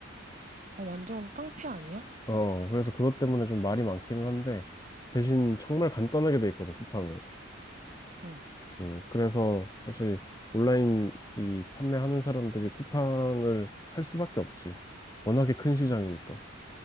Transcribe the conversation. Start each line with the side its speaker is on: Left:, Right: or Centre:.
Right: 아, 완전 깡패 아니야?
Left: 어, 그래서 그것 때문에 좀 말이 많기는 한데, 대신 정말 간단하게 돼 있거든, 쿠팡은.
Right: 응.
Left: 음, 그래서 사실 온라인 이 판매하는 사람들이 쿠팡을 할 수밖에 없지. 워낙에 큰
Right: 어
Left: 시장이니까.